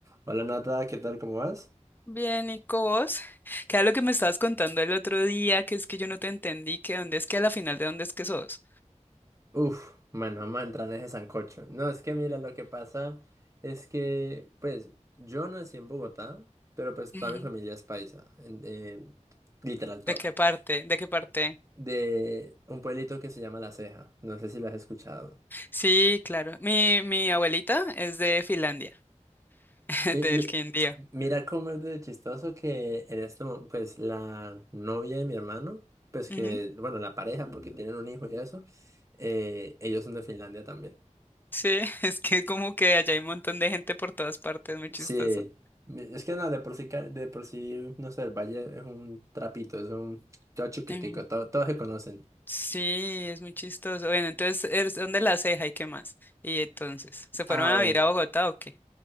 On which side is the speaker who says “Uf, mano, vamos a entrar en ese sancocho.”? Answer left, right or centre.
Right